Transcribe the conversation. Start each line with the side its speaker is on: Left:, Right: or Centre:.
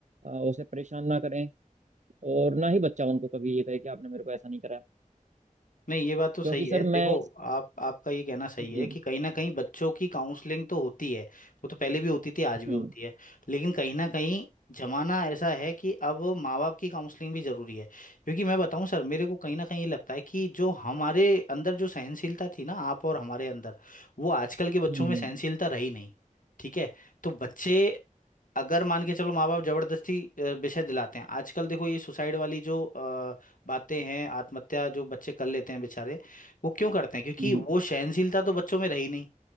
Right: अ, उसे परेशान ना करें और ना ही बच्चा उनको कभी ये कहे कि आपने मेरे को ऐसा नहीं कराया
Left: नहीं ये बात तो सही
Right: क्योंकि सर
Left: है देखो
Right: मैं
Left: आप आपका ये कहना सही
Right: जी
Left: है कि कहीं ना कहीं बच्चों की काउंसलिंग तो होती है वो तो पहले भी होती थी आज भी
Right: हम्म
Left: होती है लेकिन कहीं ना कहीं जमाना ऐसा है कि अब माँ बाप की काउंसलिंग भी जरूरी है क्योंकि मैं बताऊं सर मेरे को कहीं ना कहीं ये लगता है कि जो हमारे अंदर जो सहनशीलता थी ना आप और हमारे अंदर वो आजकल के बच्चों
Right: हम्म
Left: में
Right: हम्म
Left: सहनशीलता रही नहीं ठीक है तो बच्चे अगर मान के चलो माँ बाप जबरदस्ती अ, विषय दिलाते हैं आजकल देखो ये सुसाइड वाली जो बातें हैं आत्महत्या जो बच्चे कर लेते हैं बेचारे वो क्यों करते हैं क्योंकि
Right: हम्म,
Left: वो सहनशीलता तो बच्चों में रही नहीं